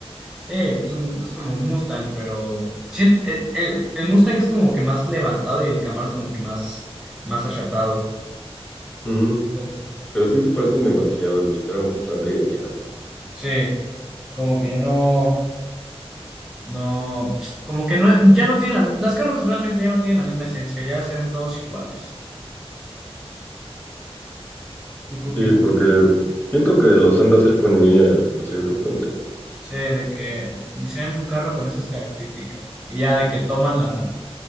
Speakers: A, in the centre; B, on the left.
A: Sí, pues, un- es como un Mustang, pero sí, el, el- el Mustang es como que más levantado y el Camaro es como que más, más achatado.
B: Ujú.
A: Pues,
B: Pero sí se parecen demasiado, le quitaron bastante identidad.
A: sí, como que ya no, no, como que no, ya no tienen las, las carros realmente ya no tienen la misma esencia, ya se ven todos iguales. ¿Tú qué opinas?
B: Y porque siento que los han de hacer con IA hasta cierto punto.
A: Sí, de que diseñan un carro con esas características. Y ya de que toman la,